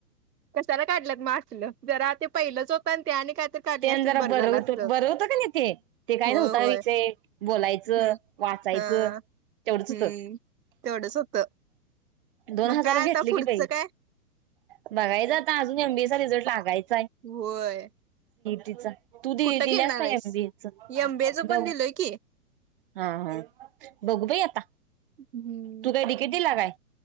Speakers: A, on the right; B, on the right.
A: कशाला काढल्यात मग असल जरा ते पहिलंच होतं ते आणि काय तर काढले
B: ते आणि
A: असतील
B: जरा
A: बरं
B: बर
A: झालं
B: हुतं
A: असतं
B: बर होत कणी ते ते काय
A: होय
B: नव्हता
A: होय
B: विषय बोलायचं,
A: हं,
B: वाचायचं
A: हा
B: तेवढच
A: हम्म
B: हुतं
A: तेवढंच होतं
B: दोन
A: मग
B: हजार
A: काय
B: घेतले
A: आता पुढचं
B: की बाई
A: काय
B: बघायचं आता अजून एमबीएचा रिझल्ट लागायचं
A: होय
B: तिचा तू दि
A: कुठं
B: दिल्यास
A: घेणार
B: काय
A: आहेस
B: एम बी एच
A: एमबीएचं पण
B: बघ
A: दिलंय की
B: हा हा बघू बाई आता.
A: हम्म
B: तु काय डिकेटीला काय?